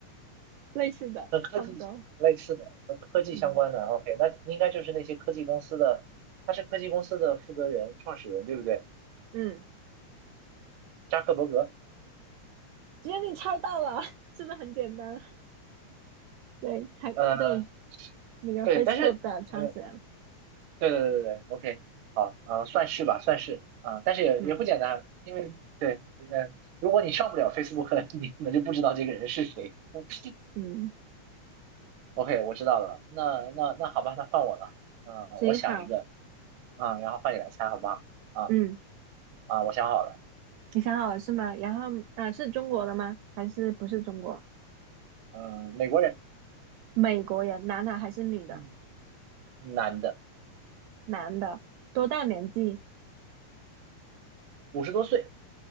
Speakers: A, on the right; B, on the right.
A: 类似的，
B: 和科技类似的，
A: 差不多，
B: 和科技相关的。
A: 嗯
B: OK，那应该就是那些科技公司的，他是科技公司的负责人、创始人，对不对？
A: 嗯，
B: 扎克伯格。
A: 只有你猜到了，<laughs> 是不是很简单？对，猜对
B: 呃，
A: 那个
B: 对，
A: Facebook
B: 但是呃，
A: 的创始人，
B: 对对对对对，OK，好，呃，算是吧，算是啊、但是也也不简单，
A: 嗯
B: 因为对，呃，如果你上不了 Facebook，<laughs> 你可能就不知道这个人是谁。<laughs>
A: 嗯，
B: OK，我知道了，那那那好吧，那换我了，嗯、
A: 行好，
B: 我想一个，啊、然后换你来猜好不好？啊
A: 嗯，
B: 啊，我想好了，
A: 你想好了是吗？然后呃，是中国的吗？还是不是中国？
B: 嗯、美国人，
A: 美国人，男的还是女的？
B: 嗯，男的，
A: 男的，多大年纪？
B: 五十多岁，